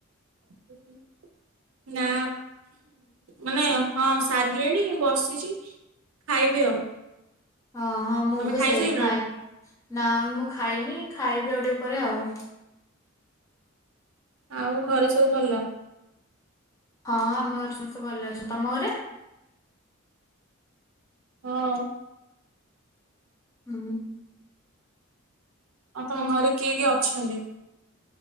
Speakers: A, on the right; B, on the left.
A: ହୁଁ ହୁଁ ନା ମାନେ ହଁ ସାରିଲିଣି ବସିଚି। ଖାଇବି ଆଉ।
B: ହଁ ହଁ ମୁଁ
A: ତମେ
B: ବି
A: ଖାଇସାଇଲଣି?
B: ସେଇ ଖାଏ, ନା ମୁଁ ଖାଇନି ଖାଇବି ଆଉ ଟିକେ ପରେ ଆଉ।
A: ଆଉ ଘରେ ସବୁ ଭଲ?
B: ହଁ ଆମ ଘରେ ସମସ୍ତେ ଭଲ ଅଛନ୍ତି। ତମ ଘରେ?
A: ହଁ।
B: ହୁଁ
A: ଆଉ ତମ ଘରେ କିଏ କିଏ ଅଛନ୍ତି?